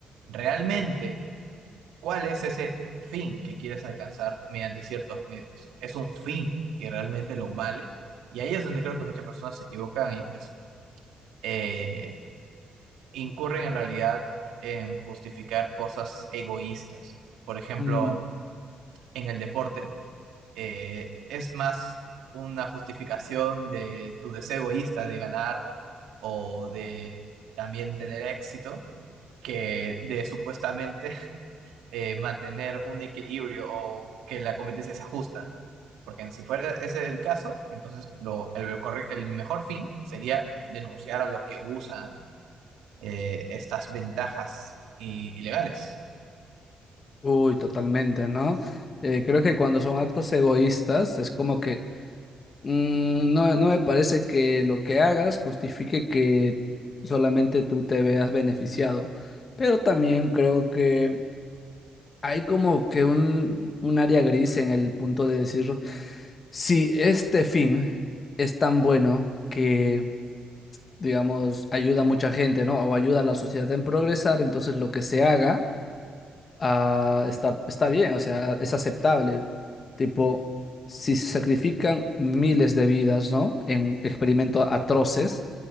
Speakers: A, on the right; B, on the left.
A: realmente, ¿cuál es ese fin que quieres alcanzar mediante ciertos medios? ¿Es un fin que realmente lo vale? Y ahí es donde creo que muchas personas se equivocan y pues... eh, incurren en realidad en justificar cosas egoístas. Por ejemplo,
B: Mm,
A: en el deporte eh, es más una justificación de tu deseo egoísta de ganar o de también tener éxito que de supuestamente <laughs> eh, mantener un equilibrio o que la competencia sea justa. Porque si fuera ese el caso, entonces lo, el, corre- el mejor fin sería denunciar a los que usan eh, estas ventajas i- ilegales.
B: uy, totalmente, ¿no? Eh, creo que cuando son actos egoístas es como que Mm, No, no me parece que lo que hagas justifique que solamente tú te veas beneficiado, pero también creo que hay como que un, un área gris en el punto de decir, si este fin es tan bueno que, digamos, ayuda a mucha gente, ¿no? O ayuda a la sociedad en progresar, entonces lo que se haga ah, está, está bien, o sea, es aceptable. Tipo, si se sacrifican miles de vidas, ¿no? En experimentos atroces,